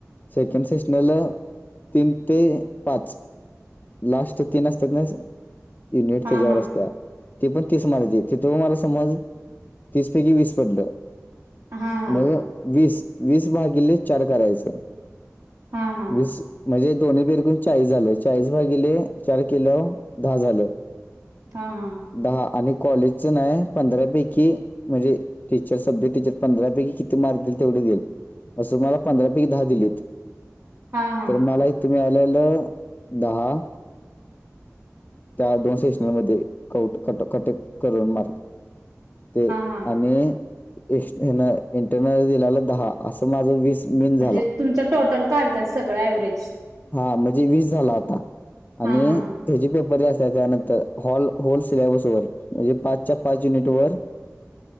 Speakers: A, on the left (about 35°); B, on the right (about 75°).
A: सेकंड सेशनल, तीन ते पाच लास्ट तीन असतात ना... युनिट
B: हां
A: त्याच्यावर
B: हां
A: असत्या ते पण तीस मार्ज ए. तिथं मग मला समज, तीस पैकी वीस पडलं
B: हां हां
A: मग वीस... वीस भागिले चार करायचं...
B: हां हां
A: वीस म्हणजे दोन्ही <unintelligible> चाळीस झालं, चाळीस भागिले, चार किलो, दहा झालं
B: हा हा
A: दहा आणि कॉलेजचं नाय... पंधरापैकी म्हणजे, टीचर सब्जेक्टीचे पंधरा पैकी किती मार्क देईल तेवढे देईल. असं मला पंधरा पैकी दहा दिलीत...
B: हां
A: तर मला इथं मिळालेलं दहा त्या दोन सेशनमध्ये... कऊट, कट, कटं करून मार्क ते..
B: हां
A: आणि इस... हीनं... इंटरनलने दिलेलं दहा असं माझं वीस मीन झाला
B: म्हणजे तुमचं टोटल काढत्यात... सगळं एव्हरेज
A: हा... म्हणजे वीस झालं आता,
B: हां
A: आणि
B: हां
A: हे जे, पेपर जे असत्यात, त्यानंतर, हॉल... होल सिलेबस वर म्हणजे पाचच्या पाच युनिट वर
B: <unintelligible>